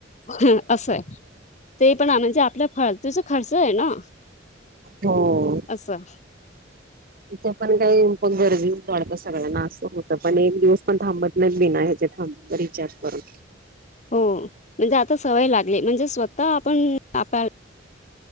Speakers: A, on the left (about 40°); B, on the right (about 50°).
A: हं असं हाय, ते पण म्हणजे आपल्या फालतूचा खर्च आहे ना.
B: हो
A: असं.
B: तिथं पण काही पण गर्दी वाढता सगळ्यांना असं होतं पण एक दिवस पण थांबत नाही बीना ह्याचे थांबनारी विचार करून.
A: हो म्हणजे आता सवय लागली, म्हणजे स्वतः आपण आपा